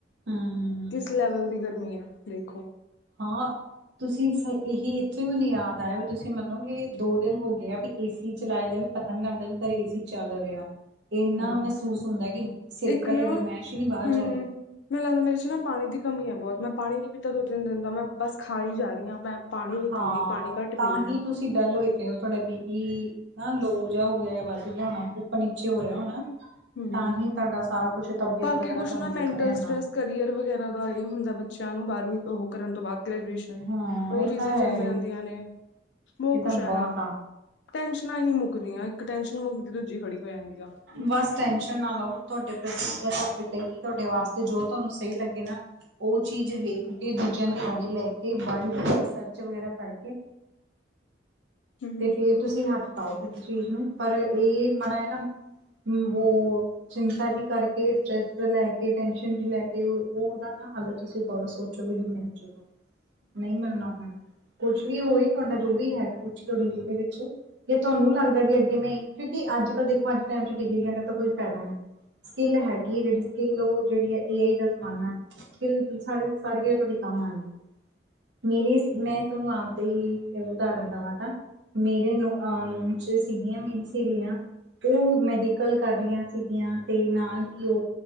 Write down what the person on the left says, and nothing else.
ਕਿਸ ਲੈਵਲ ਦੀ ਗਰਮੀ ਆ ਦੇਖੋ।
ਹਮ
ਇੱਕ ਨਾ
ਹਮ
ਹਮ ਮੈਨੂੰ ਲੱਗਦਾ ਮੇਰੇ ਚ ਨਾ ਪਾਣੀ ਦੀ ਕਮੀ ਹੈ, ਬਹੁਤ ਮੈਂ ਪਾਣੀ ਨੀ ਪੀਤਾ ਦੋ -ਤਿੰਨ ਦਿਨ ਦਾ ਮੈਂ ਬਸ ਖਾਈ ਜਾ ਰਹੀ ਹਾਂ ਮੈਂ। ਪਾਣੀ
ਨੀ ਪੀ ਰਿਰ ਪਾਣੀ ਘੱਟ
ਪੀ ਰੀ
ਹਾਂ
ਹਮ
ਬਾਕੀ
ਕੁਛ
ਨਾ ਮੈਂਟਲ
ਸਟਰ੍ਰੈਸ ਕਰੀਅਰ ਵਗੈਰਾ ਦਾ ਇਹ ਹੁੰਦਾ, ਬੱਚਿਆਂ ਨੂੰ ਬਾਰ੍ਹਵੀਂ ਤੋਂ ਉਹ ਕਰਨ ਤੋਂ ਬਾਅਦ। ਗ੍ਰੈਜੂਏਸ਼ਨ
ਉਹ
ਚੀਜ਼ਾਂ
ਚਲੀ
ਜਾਂਦੀਆਂ ਨੇ ਬਹੁਤ
ਕੁਛ
ਹੈ।
ਟੈਂਸ਼ਨਾਂ ਹੀ ਨਹੀਂ ਮੁੱਕਦੀਆਂ, ਇੱਕ ਟੈਸ਼ਨ ਮੁੱਕਦੀ ਦੂਜੀ ਖੜੀ ਹੋ ਜਾਂਦੀ ਆ।
ਹੂੰ।